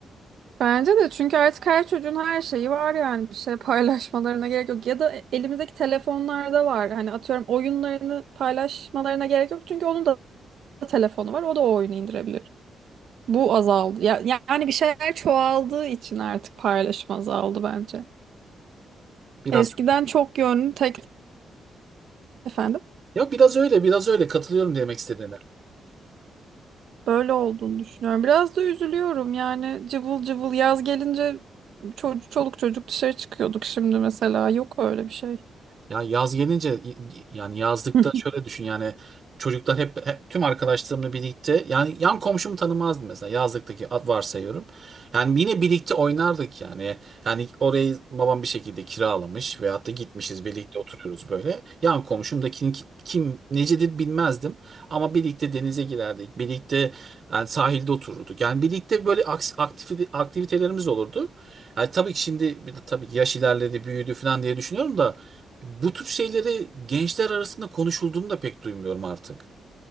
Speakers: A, on the right; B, on the right.
A: Bence de çünkü artık her çocuğun her şeyi var yani bir şey <laughs> paylaşmalarına gerek yok. Ya da elimizdeki telefonlarda var. Hani atıyorum oyunlarını paylaşmalarına gerek yok. Çünkü onun da telefonu var. O da o oyunu indirebilir. Bu azaldı. Ya, yani bir şeyler çoğaldığı için artık paylaşım azaldı bence.
B: Biraz
A: Eskiden
B: öyle.
A: çok yönlü tek efendim.
B: Ya biraz öyle, biraz öyle. Katılıyorum demek istediğine.
A: Böyle olduğunu düşünüyorum. Biraz da üzülüyorum yani cıvıl cıvıl yaz gelince ço- çoluk çocuk dışarı çıkıyorduk şimdi mesela yok öyle bir şey.
B: Ya yaz gelince yani yazlıkta
A: <laughs>
B: şöyle düşün yani çocuklar hep, hep tüm arkadaşlarımla birlikte yani yan komşumu tanımazdım mesela yazlıktaki ad- varsayıyorum. Yani yine birlikte oynardık yani. Yani orayı babam bir şekilde kiralamış veyahut da gitmişiz birlikte oturuyoruz böyle. Yan komşumdakinin ki- kim necedir bilmezdim ama birlikte denize girerdik. Birlikte yani sahilde otururduk. Yani birlikte böyle aks- aktivite aktivitelerimiz olurdu. Yani tabii ki şimdi bir de tabii ki yaş ilerledi, büyüdü falan diye düşünüyorum da bu tür şeyleri gençler arasında konuşulduğunu da pek duymuyorum artık.